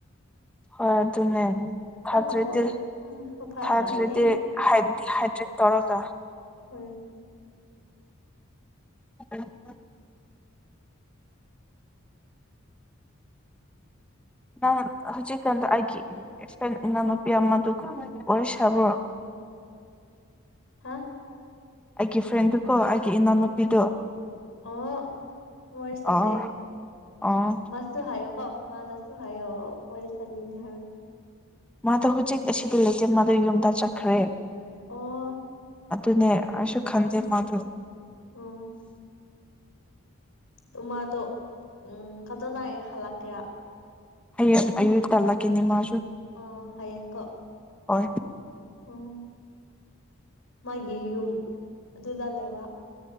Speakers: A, in the centre; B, on the left.
A: ꯍꯣꯏ ꯑꯗꯨꯅꯦ ꯊꯥꯗ꯭ꯔꯗꯤ
B: ꯊꯛꯑꯣ ꯎꯝ ꯐꯔꯛꯀꯔꯗꯤ
A: ꯊꯥꯗ꯭ꯔꯗꯤꯗꯤꯗ꯭ꯔ ꯇꯔꯀ
B: ꯍꯣꯏ
A: ꯎꯝ ꯅꯪ ꯍꯧꯖꯤꯛꯀꯥꯟꯗ ꯑꯩꯒꯤ ꯐꯦꯟ ꯏꯅꯥꯎꯅꯨꯄꯤ ꯑꯃꯗꯨ ꯑꯣꯏ ꯁꯥꯕ꯭ꯔꯣ
B: ꯍꯥ
A: ꯑꯩꯒꯤ ꯐ꯭ꯔꯦꯟꯗꯨꯀꯣ ꯑꯩꯒꯤ ꯏꯅꯥꯎꯅꯨꯄꯤꯗꯣ
B: ꯑꯣ ꯍꯣꯏ ꯆꯗꯦ
A: ꯑꯣ ꯑꯣ
B: ꯃꯁꯁꯨ ꯍꯥꯏ ꯑꯀꯣ ꯃꯥꯗꯁꯨ ꯍꯥꯏꯌꯣ ꯋꯥꯔꯤꯔ ꯁꯅꯤꯅꯦ ꯍꯥꯏ
A: ꯃꯥꯗꯣ ꯍꯧꯖꯤꯛ ꯑꯁꯤꯗ ꯂꯩꯖꯦ ꯃꯥꯗꯣ ꯌꯨꯝꯗ ꯆꯠꯈ꯭ꯔꯦ
B: ꯑꯣ
A: ꯑꯗꯨꯅꯦ ꯑꯩꯁꯨ ꯈꯟꯖꯦ
B: ꯎꯝ
A: ꯃꯥꯗꯨ
B: ꯎꯝ ꯑꯗꯨꯃꯗꯣ ꯎꯝ ꯀꯗꯣꯅꯥꯏ ꯍꯜꯂꯛꯀꯦꯔꯥ
A: ꯑ ꯑꯌꯔ ꯇꯂ ꯀꯅꯤ ꯃꯥ
B: ꯑ ꯍꯌꯦꯡꯀꯣ
A: ꯍ
B: ꯑꯣ ꯃꯥꯒꯤ ꯌꯨꯝ ꯑꯗꯨꯗ ꯂꯩꯕ꯭ꯔꯥ